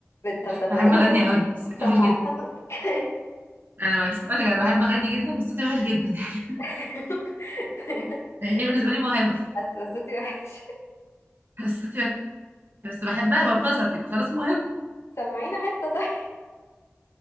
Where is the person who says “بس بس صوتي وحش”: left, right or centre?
Left